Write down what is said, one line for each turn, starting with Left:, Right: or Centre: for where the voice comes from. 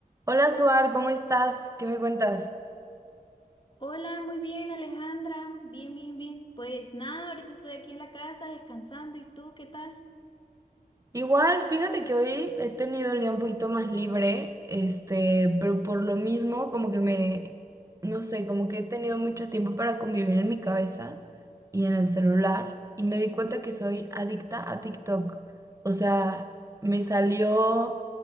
Right: Hola Suar, ¿cómo estás? ¿Qué me cuentas?
Left: Hola, muy bien, Alejandra. Bien, bien, bien. Pues nada, ahorita estoy aquí en la casa descansando. ¿Y tú qué tal?
Right: Igual, fíjate que hoy he tenido el día un poquito más libre, este, pero por lo mismo, como que me, no sé, como que he tenido mucho tiempo para convivir en mi cabeza y en el celular, y me di cuenta que soy adicta a TikTok. O sea, me salió,